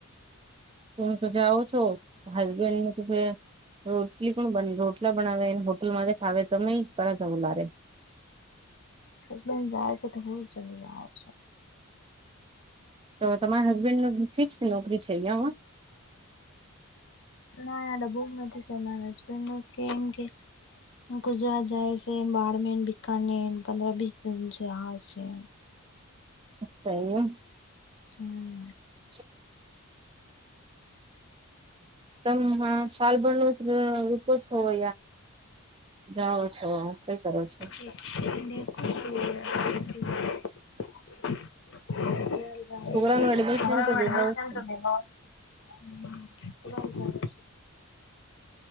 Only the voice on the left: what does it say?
હસબેંડ જાય છે તો હું ચલી જાઉં છું.
ના ડબોમાંથી ચલાવે હસબેંડ નો કેમ કે ગુજરાત જાય છે બારમે બીકાનેન પંદર બીસ જૂન છે આવે છે.
હમ.
<unintelligible> <unintelligible>